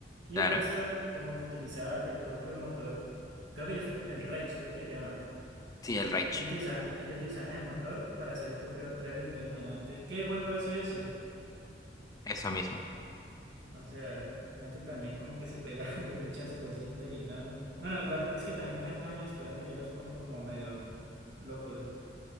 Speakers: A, on the right (about 70°); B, on the left (about 20°).
A: y
B: claro.
A: Rockstar como que utilizaba el propio motor, creo que ellos, el Rage creo que se llama,
B: Sí, el Rage,
A: ellos utilizan ellos utilizaban ese motor para hacer el propio trailer, entonces imagínate, ¿qué juego hace eso?
B: eso mismo.
A: O sea, la gente también como que se pega <laughs> de muchas cositas y nada. Bueno, igual es que también tantos años esperando ya los pone como medio locos.